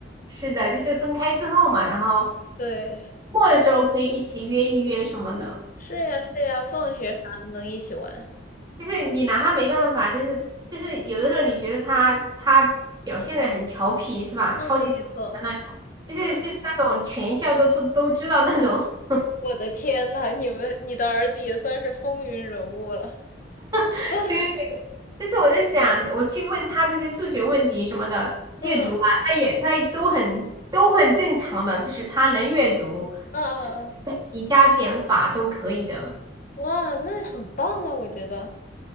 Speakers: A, on the right (about 20°); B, on the left (about 45°).
A: 是的，就是分开之后嘛，然后
B: 对，
A: 末的时候可以一起约一约什么的。
B: 是呀，是呀，放学啥的能一起玩。
A: 就是你拿他没办法，就是就是有的时候你觉得他他表现的很调皮是吧？
B: 嗯，
A: 超级调皮的那种，
B: 没错。
A: 就是就是那种全校都都都知道那种。
B: 嗯，我的天呐，你们你的儿子也算是风云人物了。
A: <laughs>
B: <laughs>
A: 对对对。但是我在想，我去问他这些数学问题什么的，阅读啊，
B: 嗯
A: 他也他都很都很正常的，就是他能阅读，
B: 嗯嗯嗯，
A: 数学问题加减法都可以的。
B: 哇，那很棒啊，我觉得。